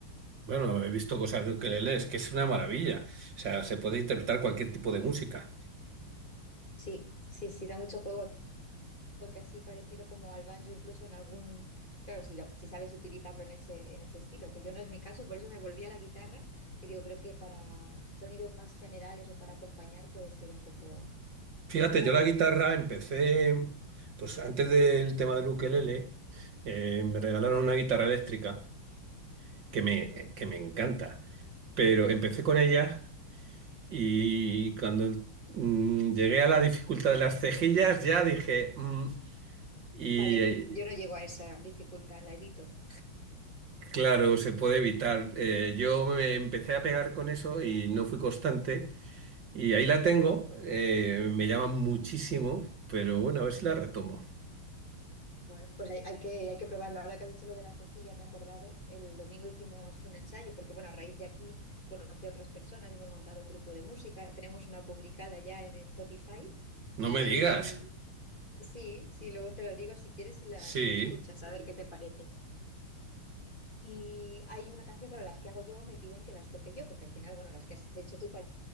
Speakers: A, on the right (about 60°); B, on the left (about 25°).
A: Bueno, he visto cosas de ukelele, es que es una maravilla. O sea, se puede interpretar cualquier tipo de música.
B: Sí, sí, sí, da mucho juego. que así parecido como al banjo, incluso en algún, claro, si, si sabes utilizarlo en ese, en ese estilo, que yo no es mi caso, por eso me volví a la guitarra y digo, creo que para sonidos más generales o para acompañar puede ser un poco,
A: Fíjate,
B: un poco
A: yo la guitarra
B: mejor.
A: empecé, pues antes del tema del ukelele, eh, me regalaron una guitarra eléctrica que me,
B: Ujú.
A: que me encanta, pero empecé con ella y cuando mm, llegué a la dificultad de las cejillas ya dije, mm, y
B: Vale,
A: eh,
B: yo no llego a esa dificultad, la evito.
A: claro, se puede evitar. Eh, yo me empecé a pegar con eso y no fui constante y ahí la tengo, eh, me llama muchísimo, pero bueno, a ver si la retomo.
B: Bueno, pues hay, hay que, hay que probarlo. Ahora que has dicho lo de la cejilla, me he acordado. El domingo hicimos un ensayo, porque bueno, a raíz de aquí conocí a otras personas, hemos montado un grupo de música, tenemos una publicada ya en Spotify.
A: No
B: y
A: me digas,
B: Sí, sí, luego te lo digo si quieres y la,
A: sí.
B: y la escuchas, a ver qué te parece. Y hay una canción, claro, las que hago yo me piden que las toque yo, porque al final, bueno, las que has hecho tú parece